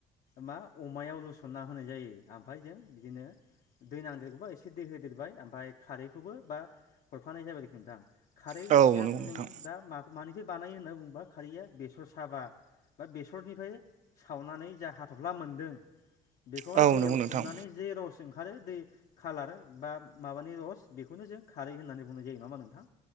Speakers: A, on the left; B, on the right.
A: मा अमायाव लुसनना होनाय जायो आमफाय जों बिदिनो दै नांदेरगौबा ए से दै होदेरबाय ओमफाय खारैखौबो बा हरफानाय जाबाय आरोखि नोंथां। खारैया
B: औ नंगौ नोंथां
A: जों दा मा-मानिफाय बानायो होनना बुङोबा खारैया बेसर साबा बा बेसरनिफाय सावनानै जा हाथ'फ्ला मोनदों बेखौहाय
B: औ
A: दैयाव
B: नंगौ नोंथां
A: सोमनानै जे रस ओंखारो दै खालार बा माबानि रस बेखौनो जों खारै होननानै बुंनाय जायो, नङा होमबा नोंथां?